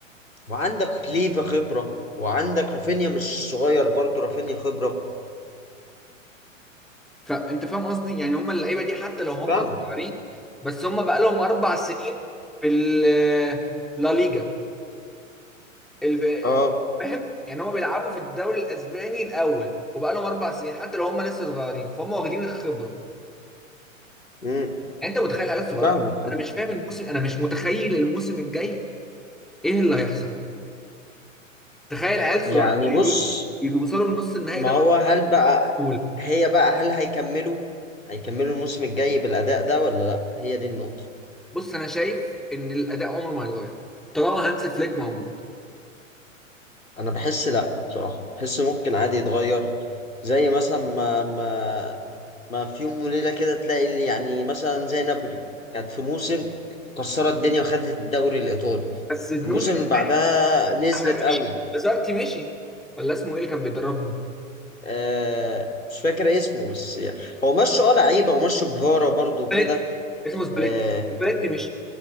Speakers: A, on the left; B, in the centre.
A: وعندك ليفا خبرة وعندك رافينيا مش صغير برضو رافينيا خبرة
B: فانت فاهم قصدي يعني هم اللعيبه دي حتى لو هم
A: فاهمك
B: صغيرين بس هم بقى لهم اربع سنين في ال- لا ليجا ال-
A: اه
B: فاهم يعني هم بيلعبوا في الدوري الاسباني الاول وبقى لهم اربع سنين حتى لو هم لسه صغيرين فهم واخدين الخبره
A: امم
B: يعني انت متخيل عيال صغيره
A: فاهمك فاهم
B: انا مش فاهم الموسم انا مش متخيل الموسم الجاي ايه اللي هيحصل تخيل عيال
A: يعني
B: صغيره زي
A: بص
B: دول يوصلوا لنص النهائي
A: ما
B: دوري
A: هو هل بقى
B: البطوله
A: هي بقى هل هيكملوا هيكملوا الموسم الجاي بالأداء ده ولا لا هي دي النقطة
B: بص انا شايف ان الاداء عمره ما يتغير طالما هانز فليك موجود
A: انا بحس لا بصراحة بحس ممكن عادي يتغير زي مثلا ما ما ما في يوم وليلة كده تلاقي اللي يعني مثلا زي نابولي كانت في موسم كسرت الدنيا وخدت الدوري الإيطالي
B: بس الموسم
A: الموسم اللي
B: الجاي
A: بعدها نزلت
B: عشان
A: قوي
B: مشي بازارتي مشي ولا اسمه ايه اللي كان بيدربهم
A: آه مش فاكر اسمه بس يعني هو مشوا اه لعيبة ومشوا جفارة برضه وكده
B: سباليتي اسمه سباليتي
A: آه،
B: سباليتي مشي